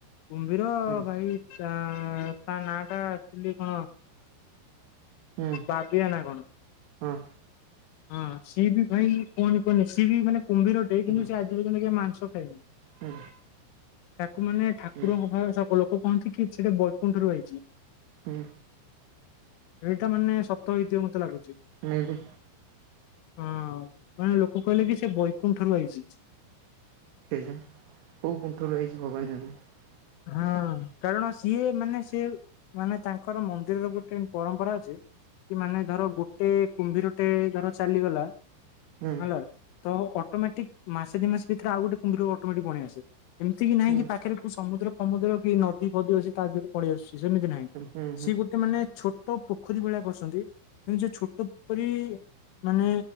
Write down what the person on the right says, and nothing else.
ହୁଁ
ହୁଁ
ହଁ।
ହୁଁ
ହୁଁ
ହୁଁ
ହୁଁ।
ମେବି।
କେଇଯାନି କୋଉ କୁଣ୍ଠ ରୁ ଆଇଚି ଭଗବାନ ଜାଣିଛନ୍ତି।
ହୁଁ ହୁଁ
ହୁଁ
ହୁଁ ହୁଁ ହୁଁ ହୁଁ ହୁଁ ହୁଁ